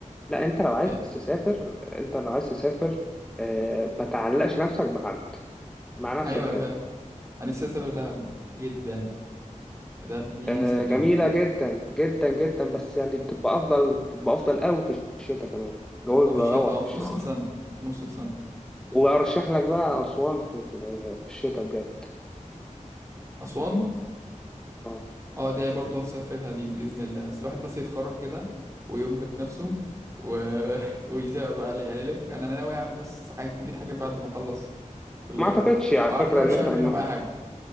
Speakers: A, in the centre; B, on the right.
A: لا أنت لو عايز
B: إيه.
A: تسافر أنت لو عايز تسافر آه، ما تعلقش نفسك بحد مع نفسك
B: ايوه انا
A: كده
B: فاهم انا نفسي اسافر دهب جدا دهب دي
A: آه،
B: نفسي بجد
A: جميلة جدا جدا جدا بس يعني بتبقى أفضل بتبقى أفضل قوي في الشتاء كمان الجو
B: اه
A: بيبقى
B: في الشتاء
A: روعة في
B: اه في
A: الشتاء
B: نص السنة في نص السنة
A: وأرشح لك بقى أسوان في ال- في الشتاء بجد
B: أسوان
A: أه
B: اه دي برضه هسافرها دي بإذن الله بس الواحد بس يتخرج كده ويملك نفسه و... <laughs> ويسافر بقى يعني يلف أنا أنا ناوي أعمل بس حاجة كبيرة حاجات بعد ما أخلص كلية
A: ما أعتقدش على
B: وعارف
A: فكرة
B: أنا
A: إن
B: مش
A: أنت
B: هعمل منهم
A: لما
B: أي حاجة